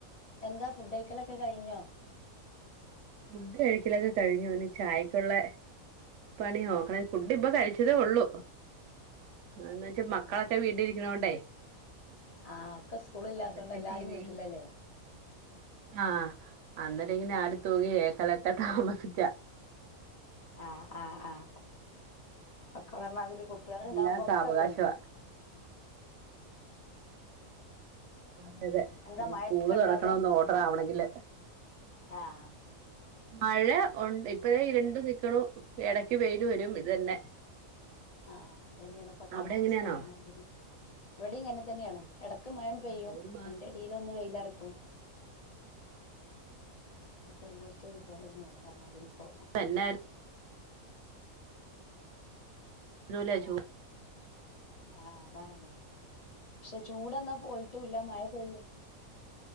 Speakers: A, on the left; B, on the right.
A: എന്താ ഫുഡ് കൈക്കലൊക്കെ കഴിഞ്ഞോ
B: ഫുഡ് കഴിക്കലൊക്കെ കഴിഞ്ഞു ഇനി ചായക്കുള്ളെ പണി നോക്കണം
A: ആഹ്
B: ഫുഡ് ഇപ്പൊ കഴിച്ചതേ ഒള്ളൂ എന്ന് വെച്ച് മക്കളൊക്കെ
A: ആഹ്
B: വീട്ടിലിരിക്കണോണ്ടേ
A: ആഹ് ഒക്കെ സ്കൂള് ഇല്ലാത്തോണ്ട്
B: അതൊക്കെ
A: എല്ലാരും
B: ടി വി
A: വീട്ടിലല്ലേ
B: ആഹ് അന്നെരം ഇങ്ങനെ ആടി തൂങ്ങി ഏക്കലൊക്കെ താമസിച്ചാ
A: ആഹ് ആഹ് ആഹ് ഒക്കെ പറഞ മാതിരി കുട്ടികൾണ്ടാവുമ്പോ
B: എല്ലാം സാവകാശവാ
A: ഒക്കെ വൈകും
B: അതെ അതെ
A: എന്താ
B: ഇനി
A: മഴയൊക്കെ
B: സ്കൂള്
A: ഇണ്ട
B: തുറക്കണം
A: അവിടെ
B: ഒന്ന് ഓർഡർ ആവണെങ്കില്
A: ആഹ്
B: മഴ ഒണ്ട് ഇപ്പഴേ ഇരുണ്ടു നിക്കണു എടക്ക് വെയില് വരും ഇത് തന്നെ
A: ആഹ് ആഹ് അത് തന്നെയാണ് ഇപ്പൊ കാലാവസ്ഥ
B: അവിടെ എങ്ങനെയാണോ
A: പറഞ്ഞ മാതിരി ഇവിടിം ഇങ്ങനെ തന്നെയാണ് എടക്ക് മഴാന്ന് പെയ്യും
B: ആഹ് ഒരു മാസ
A: അയിന്റെ എടീലൊന്ന് വെയിലറക്കും ബാക്കി എല്ലായിടത്തും ഒരുപോലെ തന്നെയാണ് പറഞ്ഞാതിരി ഇപ്പോ
B: എന്നാർ വരൂലേചൂ
A: ആഹ് ആഹ് അതാണതെ പക്ഷെ ചൂടെന്നാ പോയിട്ടുല്ല മഴ പെയ്യും